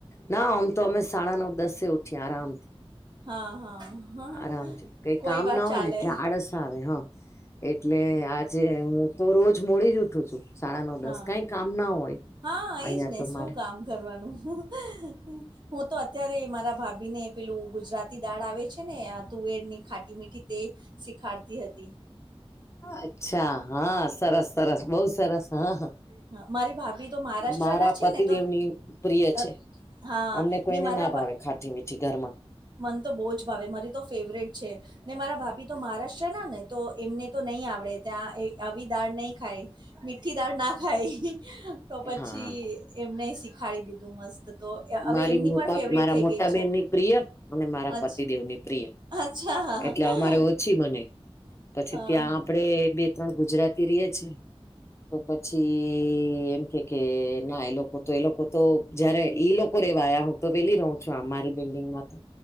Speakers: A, on the left (about 25°); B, on the right (about 45°).
A: ના આમ તો અમે સાડા નવ દસે ઉઠીએ આરામથી.
B: હા હા હા
A: આરામથી કઈ
B: કોઈ
A: કામ
B: વાત
A: ના હોય
B: ચાલે
A: ને એટલે આળસ આવે હા એટલે આજે હ તો રોજ મોડી જ ઉઠું છું સાડા નવ
B: હા
A: દસ કઈ કામ ના હોય
B: હા
A: અહિયાં
B: એજ ને
A: તો
B: શું
A: મારે
B: કામ કરવાનું તો અત્યારે મારા ભાભીને પેલું ગુજરાતી દાળ આવે છે ને તુવેરની ખાટી મીઠી તે શીખાડતી હતી
A: અચ્છા હા સરસ સરસ બહુ સરસ હા
B: હા, મારી ભાભી તો મહારાષ્ટ્રના
A: મારા
B: છે
A: પતિદેવની
B: ને તો
A: પ્રિય
B: અ
A: છે
B: હા
A: અમને કોઈને
B: ને મારા
A: ના ભાવે
B: ભા
A: ખાઠી મીઠી ઘરમા
B: મન તો બહુ જ ભાવે મારી તો ફેવરેટ છે ને મારા ભાભી તો મહારાષ્ટ્ર ના ને તો એમને તો નહી આવડે ત્યાં આવી દાળ નહી ખાય મીઠી દાળ ના ખાય તો પછી
A: હા
B: એમને શીખાડી દીધું મસ્ત તો હવે
A: મારી
B: એમની
A: મોટા
B: પણ ફેવરટ
A: મારા
B: થઈ
A: મોટા
B: ગઈ છે
A: બેનની પ્રિય અને મારા
B: અચ્
A: પતિદેવની પ્રિય
B: અચ્છા હા
A: એટલે
B: હા
A: અમારે ઓછી બને પછી
B: હા
A: ત્યાં
B: હા
A: આપડે બે ત્રણ ગુજરાતી ર છેએ તો પ પછી એમ કે કે ના એ લોકો તો એ લોકો તો જયારે ઈ લોકો રેવાયા હું તો વેલી રહ છ અમારી બિલ્ડિંગમાં તો